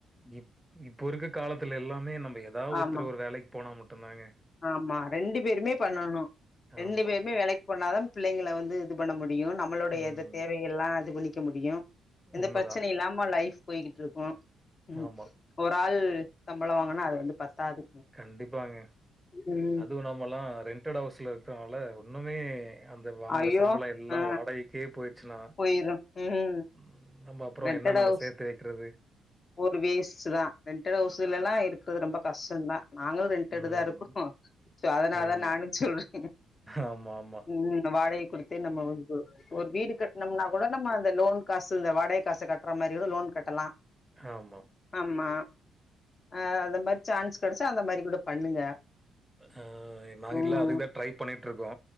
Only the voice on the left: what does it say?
ஆமா
ஆமா ரெண்டு பேருமே பண்ணணு ரெண்டு
பேருமே வேலைக்கு போனாதா பிள்ளைங்கள வந்து இது பண்ண முடியு நம்மளுடைய
இது தேவைக ள்லா இது கபண்ணிக்க முடியு எந்த
ப்ரெச்சனயு இல்லாம லைஃப் போயக்கிட்ருக் ம்
ஒரு ஆள் சம்பளோ வாங்குனா அது வந்து பத்தாது
ம்
ஐயோ
ஆ
போயிரு ம்
ரெண்டட்
ஹவுஸ்
ஒரு வேஸ்ட்டுதா ரெண்டடட் ஹவுஸுலெல்லா இருக்குறது ரொம்ப கஷ்டந்தா நாங்களு ரென்டடுதா
இருக்கிறோ சோ அதனால்தா
நானு சொல்றே
ம் நம் வாடகை குடுத்து நம்ம ஒரு ஒரு வீடு கட்டணம்னா கூட நம்ம அந்த லோன் காசு இந்த வாடகை காச கட் ற மாரி கூட லோன் கட்டலா
ஆமா அ அந்த மாரி சான்ஸ் கெடச்சா அந்த மாரி கூட பண்ணுங்க
ம்